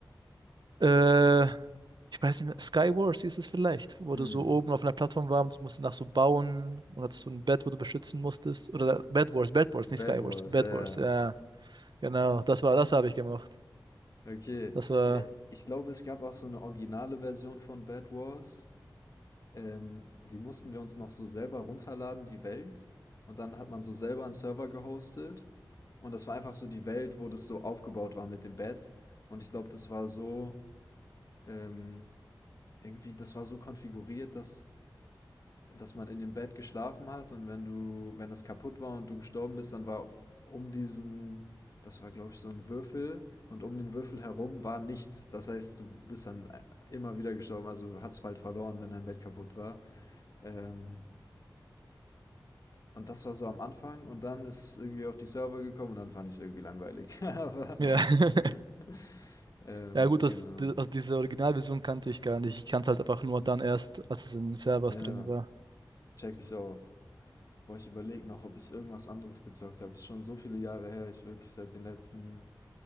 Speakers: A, on the right (about 65°); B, on the left (about 45°).
A: äh, ich weiß nicht mehr, Skywars hieß es vielleicht, wo
B: Hm,
A: du so oben auf einer Plattform warst, musst du nach so bauen und hattest so ein Bed, wo du beschützen musstest. Oder Bed Wars, Bed Wars,
B: Bad
A: nicht Skywars,
B: Wars,
A: Bed
B: ja.
A: Wars. Ja, Genau, das war, das habe ich gemacht.
B: Okay,
A: Das war,
B: ja, ich glaube, es gab auch so eine originale Version von Bed Wars. Ähm, die mussten wir uns noch so selber runterladen, die Welt. Und dann hat man so selber einen Server gehostet. Und das war einfach so die Welt, wo das so aufgebaut war mit dem Bett. Und ich glaube, das war so, ähm, irgendwie, das war so konfiguriert, dass, dass man in dem Bett geschlafen hat und wenn du, wenn das kaputt war und du gestorben bist, dann war um diesen, das war glaube ich so ein Würfel und um den Würfel herum war nichts. Das heißt, du bist dann äh, immer wieder gestorben, also hast halt verloren, wenn dein Bett kaputt war. Ähm, und das war so am Anfang und dann ist irgendwie auf die Server gekommen und dann fand ich es irgendwie langweilig. <laughs> Aber
A: ja, <laughs>
B: <laughs> ähm,
A: ja gut, das,
B: genau.
A: die- also diese Originalversion kannte ich gar nicht. Ich kannte halt einfach nur dann erst, als es in Servers
B: Ja,
A: drin war.
B: check ich's auch. Boah, ich überlege noch, ob ich irgendwas anderes gezockt habe. Ist schon so viele Jahre her. Ich wirklich seit den letzten,